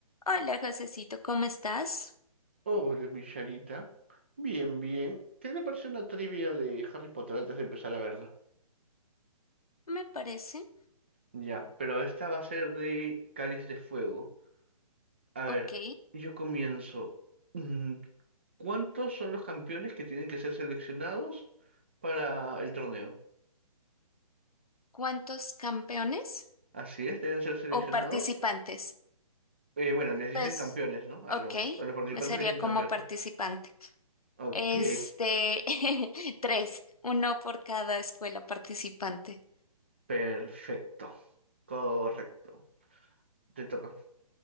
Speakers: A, on the left; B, on the right.
A: Hola, Josecito, ¿cómo estás?
B: Hola, mi Charita. Bien, bien. ¿Qué te parece una trivia de Harry Potter antes de empezar a verla?
A: Me parece.
B: Ya, pero esta va a ser de Cáliz de Fuego. A
A: Ok.
B: ver, yo comienzo. Mm, ¿Cuántos son los campeones que tienen que ser seleccionados para el torneo?
A: ¿Cuántos campeones
B: Así es, deben ser seleccionados.
A: o participantes?
B: Eh, bueno, les dicen
A: Pues,
B: campeones, ¿no? A
A: ok,
B: los, a los participantes
A: me sería
B: les dicen
A: como
B: campeones.
A: participante.
B: Ok,
A: Este, <laughs> tres, uno por cada escuela participante.
B: perfecto. Correcto. Te toca.